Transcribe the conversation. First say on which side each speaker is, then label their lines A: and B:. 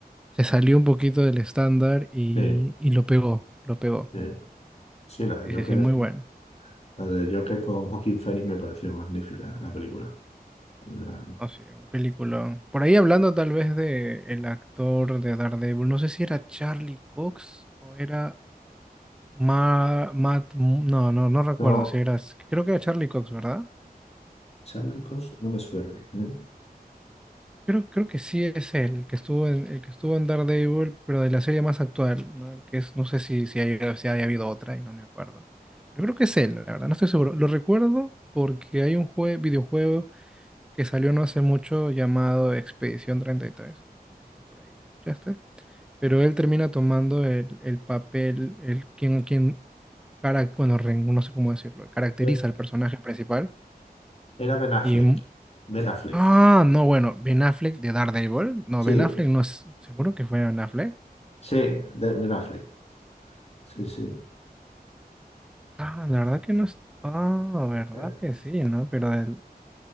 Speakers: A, in the centre; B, on the left.
A: se salió un poquito del estándar y,
B: sí,
A: y lo pegó, lo pegó.
B: sí, Sí, la
A: Sí,
B: de
A: sí,
B: Joker.
A: sí, muy bueno.
B: La de Joker con Joaquín Phoenix me pareció magnífica la película. La-
A: Oh, sí, un peliculón. Por ahí hablando tal vez de el actor de Daredevil, no sé si era Charlie Cox o era Ma- Matt, Mo- no, no, no recuerdo
B: No,
A: si era, creo que era Charlie Cox, ¿verdad?
B: Sándicos no me suena. ¿eh?
A: Creo, creo que sí es él, el que estuvo en, el que estuvo en Daredevil, pero de la serie más actual, ¿no? El que es, no sé si, si hay- si haya habido otra y no me acuerdo. Pero creo que es él, la verdad, no estoy seguro. Lo recuerdo porque hay un jue- videojuego que salió no hace mucho llamado Expedición 33. No sé si por ahí lo escuchaste. Pero él termina tomando el, el papel, el quien, quien para, bueno, re- no sé cómo decirlo, caracteriza
B: Era
A: al personaje principal.
B: era Ben Affleck.
A: Y,
B: Ben Affleck.
A: ah, no, bueno, Ben Affleck de Daredevil. No,
B: Sí,
A: Ben Affleck no es, seguro que fue Ben Affleck.
B: sí, de Ben Affleck. Sí, sí.
A: Ah, la verdad que no es, ah, verdad
B: Era-
A: que sí, ¿no? Pero del,